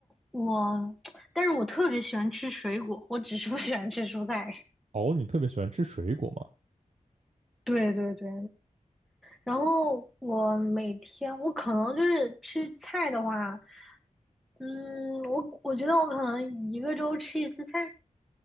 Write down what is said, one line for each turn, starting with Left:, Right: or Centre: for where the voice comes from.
Centre: 我，但是我特别喜欢吃水果，我只是不喜欢吃蔬菜。
Right: 哦，你特别喜欢吃水果吗？
Centre: <laughs> 对对对，然后我每天我可能就是吃菜的话，嗯，我我觉得我可能一个周吃一次菜，